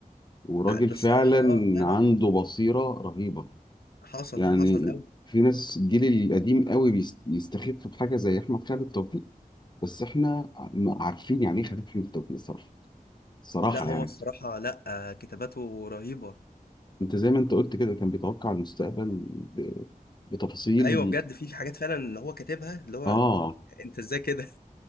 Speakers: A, on the left; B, on the left.
A: <laughs>
B: وراجل
A: آه، ده الصراحة
B: فعلا
A: آه لا
B: عنده
A: لا
B: بصيرة رهيبة
A: حصل
B: يعني
A: حصل أوي
B: في ناس الجيل القديم قوي بيست- بيستخف بحاجة زي احمد خالد توفيق بس احنا عارفين يعني ايه خالد احمد توفيق صراحة صراحة
A: لا هو
B: يعني
A: الصراحة لا آه، كتاباته رهيبة
B: انت زي ما انت قلت كده كان بيتوقع المستقبل ب- بتفاصيل
A: ايوه بجد في في حاجات فعلا اللي هو كاتبها اللي هو
B: اه
A: انت ازاي كده